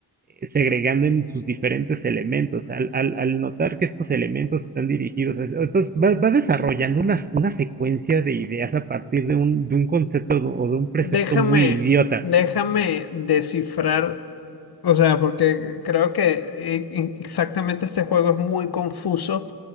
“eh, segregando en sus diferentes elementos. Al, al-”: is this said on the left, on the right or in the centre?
Right